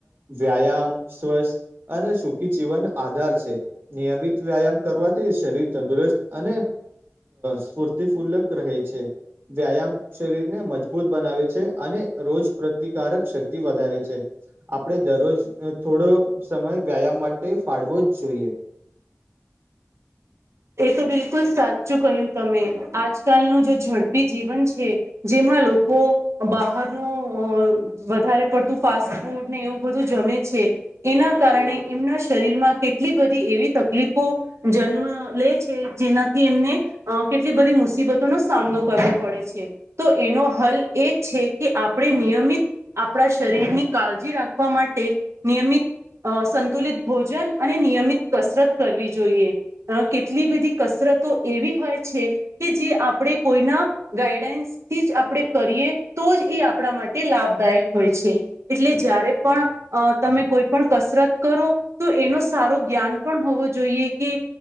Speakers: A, on the right; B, on the right.
A: વ્યાયામ સ્વસ્થ અને સુખી જીવનનો આધાર છે નિયમિત વ્યાયામ કરવાથી શરીર તંદુરસ્ત અને સ્ફૂર્તિ ફૂલક રહે છે વ્યાયામ શરીરને મજબૂત બનાવે છે અને રોજ પ્રતિકારક શક્તિ વધારે છે આપડે દરરોજ થોડો સમય વ્યાયામ માટે ફાળવો જ જોઈએ
B: એ તો બિલકુલ સાચું કહ્યું તમે આજકાલનું જે ઝડપી જીવન છે જેમાં લોકો બહારનું અ વધારે પડતું ફાસ્ટ ફૂડ ને એવું બધું જમે છે એના કારણે એમના શરીરમાં કેટલી બધી એવી તકલીફો જન્મ લે છે જેનાથી એમને કેટલી બધી મુસીબતો નો સામનો કરવો પડે છે તો એનો હલ એ છે કે આપણે નિયમિત આપણા શરીરની કાળજી રાખવા માટે નિયમિત અ સંતુલિત ભોજન અને નિયમિત કસરત કરવી જોઈએ કેટલી એટલી બધી કસરતો એવી હોય છે કે જે આપણે કોઈના ગાઈડન્સ થી જ આપણે કરીએ તો જ એ આપણા માટે લાભદાયક હોય છે. એટલે જ્યારે પણ અ તમે કોઈ પણ કસરત કરો. તો એનો સારો જ્ઞાન પણ હોવો જોઈએ કે.